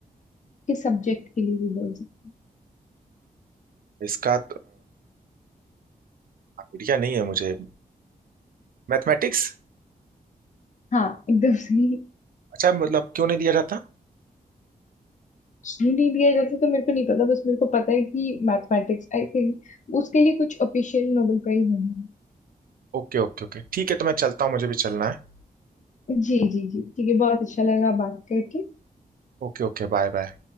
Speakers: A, on the left; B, on the right.
A: किस सब्जेक्ट के लिए भी बोल सकते हैं
B: इसका आइडिया नहीं है मुझे मैथमेटिक्स
A: हाँ एकदम सही
B: अच्छा मतलब क्यों नहीं दिया जाता
A: क्यों नहीं दिया जाता तो मेरे को नहीं पता बस मेरे को पता है कि मैथमेटिक्स आई थिंक उसके लिए कुछ ऑफिशियल नोबेल प्राइज नहीं
B: ओके ओके ओके ठीक है तो मैं चलता हूँ मुझे भी चलना है
A: है जी जी जी ठीक है बहुत अच्छा लगा बात करके
B: Okay okay bye bye